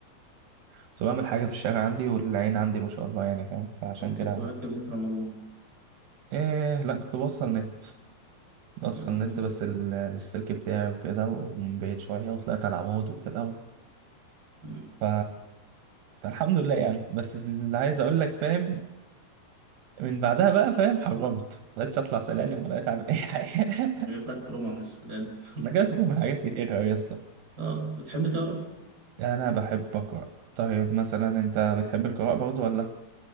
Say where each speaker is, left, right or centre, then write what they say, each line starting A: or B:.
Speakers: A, on the right; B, on the right.
A: كنت بعمل حاجه في الشارع عندي والعين عندي ما شاء الله يعني فاهم فعشان
B: قول
A: كده
B: كنت بركب زيت رمضان
A: ايه لا كنت بوصل نت بوصل
B: أمم.
A: نت بس ال- السلك بتاعي وكده ومن بعيد شويه وطلعت على العمود وكده
B: أمم.
A: ف فالحمد لله يعني بس اللي عايز اقول لك فاهم من بعدها بقى فاهم حرمت بقيتش اطلع سلالم ولا بقيت اعمل اي حاجه
B: جايب
A: <laughs>
B: لك تروما من السلالم <laughs>
A: انا جاي تروح من حاجات كتير قوي يا اسطى
B: اه بتحب تقرا
A: يعني انا بحب اقرا طيب مثلا انت بتحب القراءه برضو ولا